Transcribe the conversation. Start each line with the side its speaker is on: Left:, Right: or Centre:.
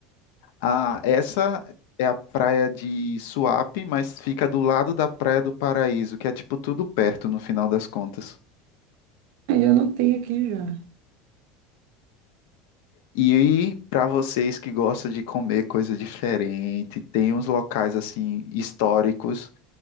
Left: Ah, essa é a praia de Suape, mas fica do lado da Praia do Paraíso, que é tipo tudo perto no final das contas.
Right: Aí eu anotei aqui já.
Left: E para vocês que gostam de comer coisa diferente, tem uns locais assim históricos